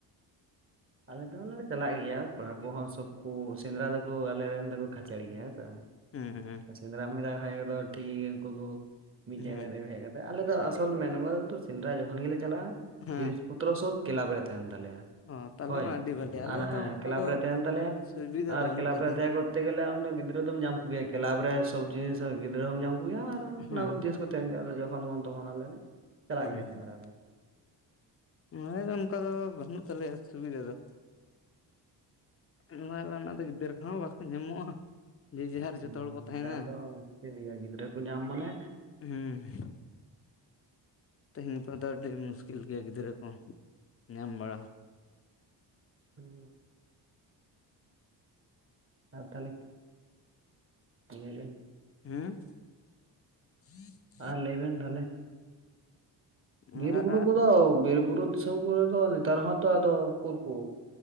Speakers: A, on the right; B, on the left.
A: ᱟᱞᱮ ᱫᱚᱞᱮ ᱪᱟᱞᱟᱜ ᱜᱮᱭᱟ ᱠᱚᱲᱟ ᱠᱚᱦᱚᱸ ᱥᱚᱵ ᱠᱚ ᱥᱮᱸᱫᱽᱨᱟ ᱫᱚᱠᱚ ᱟᱞᱮᱨᱮ ᱨᱮᱱ ᱫᱚᱠᱚ ᱠᱷᱟᱪᱟᱲ ᱜᱮᱭᱟ ᱦᱮᱸ ᱥᱮ ᱵᱟᱝ᱾
B: ᱦᱩᱸᱻ᱾
A: ᱥᱮᱸᱫᱽᱨᱟ ᱢᱮᱛᱟ ᱠᱚ ᱠᱷᱟᱡ ᱫᱚ ᱴᱷᱤᱠ ᱜᱮ ᱩᱱᱠᱩ ᱠᱚ ᱢᱤᱫ
B: ᱦᱮᱸ
A: ᱡᱟᱭᱜᱟ ᱨᱮ ᱦᱮᱡ ᱠᱟ ᱟᱞᱮ ᱫᱚ ᱟᱥᱚᱞ ᱢᱮᱱᱣᱟᱞ ᱫᱚ ᱥᱮᱸᱫᱽᱨᱟ ᱡᱚᱠᱷᱚᱱ ᱜᱮᱞᱮ ᱪᱟᱞᱟᱜᱼᱟ
B: ᱦᱮᱸ
A: ᱡᱤᱱᱤᱥ ᱯᱚᱛᱨᱚ ᱥᱚᱵ ᱠᱮᱞᱟᱵᱽ ᱨᱮ ᱛᱟᱦᱮᱱ ᱛᱟᱞᱮᱭᱟ᱾
B: ᱚ ᱛᱟᱦᱚᱞᱮ
A: ᱦᱳᱭ
B: ᱢᱟ ᱟᱹᱰᱤ ᱵᱷᱟᱞᱮ ᱟᱞᱮ
A: ᱟᱨ ᱦᱮᱸ
B: ᱫᱚ ᱚᱱᱠᱟ
A: ᱠᱮᱞᱟᱵᱽ
B: ᱫᱚ
A: ᱨᱮ ᱛᱟᱦᱮᱱ ᱛᱟᱞᱮᱭᱟ
B: ᱥᱩᱵᱤᱫᱷᱟ
A: ᱟᱨ
B: ᱫᱚ ᱵᱟᱹᱱᱩᱜ
A: ᱠᱮᱞᱟᱵᱽ
B: ᱛᱟᱞᱮᱭᱟ
A: ᱨᱮ ᱛᱟᱦᱮᱸ ᱠᱚᱛᱮ ᱜᱮᱞᱮ ᱟᱢ ᱫᱚ ᱜᱤᱫᱽᱨᱟᱹ ᱫᱚᱢ ᱧᱟᱢ ᱠᱚᱜᱮᱭᱟ ᱠᱮᱞᱟᱵᱽ ᱨᱮ ᱥᱚᱵ ᱡᱤᱱᱤᱥ ᱜᱤᱫᱽᱨᱟᱹ ᱦᱚᱸᱢ ᱧᱟᱢ ᱠᱚᱜᱮᱭᱟ ᱟᱨ
B: ᱦᱮᱸ
A: ᱚᱱᱟ ᱠᱚ ᱡᱤᱱᱤᱥ ᱴᱮᱱᱜᱮ ᱡᱚᱠᱷᱚᱱ ᱢᱚᱱ ᱛᱚᱠᱷᱚᱱ ᱟᱞᱮ ᱞᱮ ᱪᱟᱞᱟᱜ
B: <unintelligible>
A: ᱜᱮᱭᱟ ᱥᱮᱸᱫᱽᱨᱟ ᱫᱚ
B: ᱟᱞᱮ ᱫᱚ ᱚᱱᱠᱟ ᱫᱚ ᱵᱟᱹᱱᱩᱜ ᱛᱟᱞᱮᱭᱟ ᱥᱩᱵᱤᱫᱟ ᱫᱚ᱾ ᱚᱱᱟ ᱫᱚ ᱩᱱᱟᱹᱜ ᱫᱚ ᱜᱤᱫᱽᱨᱟᱹ ᱠᱚ ᱦᱚᱸ ᱵᱟᱠᱚ ᱧᱟᱢᱚᱜ-ᱟ᱾ ᱡᱮ ᱡᱮᱦᱟᱨ
A: ᱱᱮᱛᱟᱨ
B: ᱡᱚᱛᱚ ᱦᱚᱲ ᱠᱚ ᱛᱟᱦᱮᱸᱱᱟ
A: ᱫᱚ ᱢᱩᱥᱠᱤᱞ ᱜᱮᱭᱟ ᱜᱤᱫᱽᱨᱟᱹ ᱠᱚ ᱧᱟᱢ ᱢᱟᱱᱮ
B: ᱦᱮᱸ᱾ ᱛᱮᱦᱮᱸᱧ ᱜᱟᱯᱟ ᱫᱚ ᱟᱹᱰᱤ ᱢᱩᱥᱠᱤᱞ ᱜᱮᱭᱟ ᱜᱤᱫᱽᱨᱟᱹ ᱠᱚ, ᱧᱟᱢ ᱵᱟᱲᱟ᱾
A: ᱦᱩᱸ ᱟᱨ ᱛᱟᱦᱚᱸᱞᱮ᱾ <unintelligible>
B: ᱦᱮᱸ <inaudible>
A: ᱟᱨ ᱞᱟᱹᱭ ᱵᱮᱱ ᱛᱟᱦᱚᱸᱞᱮ?
B: ᱟᱨ
A: ᱵᱤᱨ-ᱵᱩᱨᱩ ᱠᱚᱫᱚ ᱵᱤᱨ-ᱵᱩᱨᱩ ᱫᱤᱥᱚᱢ ᱠᱚᱨᱮ ᱫᱚ ᱱᱮᱛᱟᱨ ᱦᱚᱸᱛᱚ ᱟᱫᱚ ᱩᱠᱩᱨ ᱠᱚ?